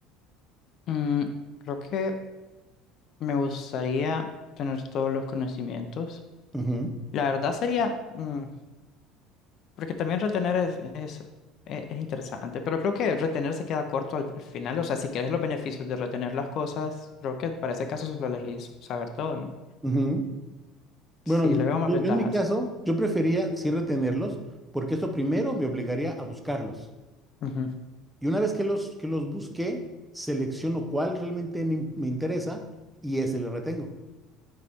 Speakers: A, on the left; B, in the centre.
A: Mm, creo que me gustaría tener todos los conocimientos.
B: Ujú,
A: La verdad sería, mm, porque también retener es, es, e- es interesante, pero creo que retener se queda corto al, al final. O sea, si quieres los beneficios de retener las cosas, creo que para ese caso solo elegís saber todo, ¿no?
B: ujú. Bueno,
A: Sí,
B: yo,
A: le veo más
B: yo-
A: ventajas.
B: yo en mi caso, yo prefería sí retenerlos porque eso primero me obligaría a buscarlos.
A: Ujú.
B: Y una vez que los, que los busqué, selecciono cuál realmente me, me interesa y ese le retengo.